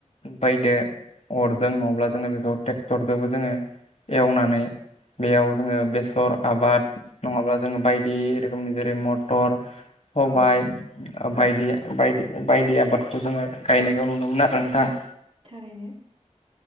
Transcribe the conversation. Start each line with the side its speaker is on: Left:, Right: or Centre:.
Left: बैदो अरजों नङाब्ला जोङो बेखौ ट्रेक्टरजोंबो जोङो एवनानै बेयाव जोङो बेसर आबाद नङाब्ला जोङो बायदि रोखोमनि जेरै मटर, सबाय
Right: औ नंगौ
Left: बायदि बायदि बायदि आबादखौ जोङो गायनायखौ नुनो मोनो आरो नोंथां।
Right: थारैनो।